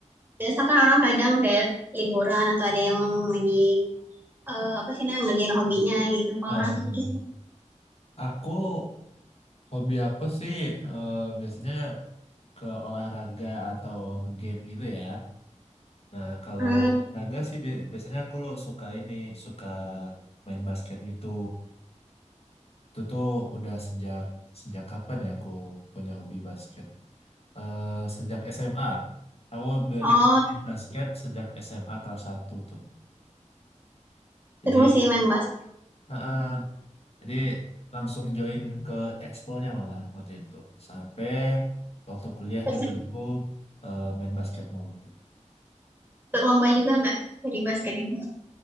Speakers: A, on the right (about 15°); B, on the left (about 50°).
A: Biasa kan orang kadang kayak liburan atau ada yang lagi, eh, apa sih namanya, ngerjain hobinya gitu. Kalau
B: ah,
A: Raffi
B: ah.
A: gitu,
B: Aku, hobi aku sih eh, biasanya ke olahraga atau nge-game gitu ya. Nah, kalau
A: hmm,
B: olahraga sih bi- biasanya aku lo suka ini, suka main basket gitu. Itu tuh udah sejak sejak kapan ya aku punya hobi basket? Eh, sejak SMA. Aku udah
A: oh,
B: dikenalin basket sejak SMA kelas satu tuh. Jadi
A: seru sih main basket.
B: Heeh. Jadi langsung join ke eksponya malah waktu itu. Sampai waktu kuliah
A: Ikut
B: juga aku eh, main basket mulu.
A: ikut lomba juga nggak dari basket itu?